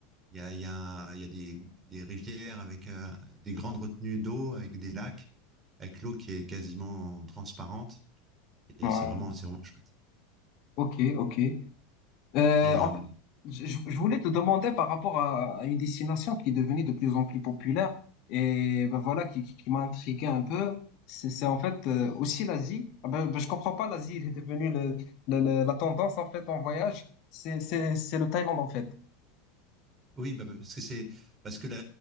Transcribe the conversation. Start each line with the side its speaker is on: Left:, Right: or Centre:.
Right: il y a, il y a, il y a des, des rivières avec euh, des grandes retenues d'eau, avec des lacs, avec l'eau qui est quasiment transparente. Et
Left: ouais,
Right: c'est vraiment, c'est vraiment chouette.
Left: ok, ok. Euh,
Right: Et
Left: en
Right: euh,
Left: fait, je, je- je voulais te demander par rapport à, à une destination qui est devenue de plus en plus populaire et ben voilà qui, qui, qui m'a intrigué un peu. C'est c'est en fait euh, aussi l'Asie. Ah ben, ben, je comprends pas, l'Asie il est devenu le, le- le- la tendance en fait en voyage. C'est c'est- c'est le Thaïlande en fait.
Right: oui, bah, parce que c'est parce que la,